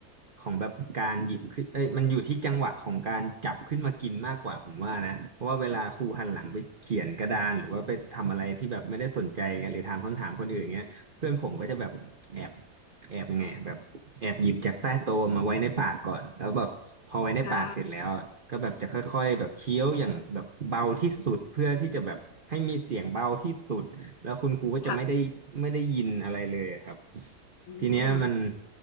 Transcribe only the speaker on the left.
ได้
ค่ะอืม